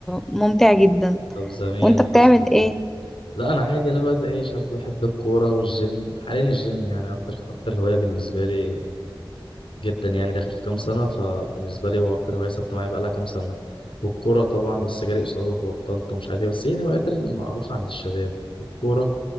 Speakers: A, in the centre; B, on the left.
A: ممتع جدا
B: طب زمان
A: وأنت بتعمل
B: مثلا
A: إيه؟
B: لا انا عادي انا بقى زي اي شاب بحب الكوره والجيم حاليا الجيم يعني اكتر اكتر هوايه بالنسبه لي جدا يعني داخل في كام سنه فبالنسبه لي هو اكتر هوايه ثابته معايا بقى لها كام سنه والكوره طبعا بس جالي اصابه فبطلت ومش عارف ايه بس هي الهوايات المعروفه عند الشباب الكوره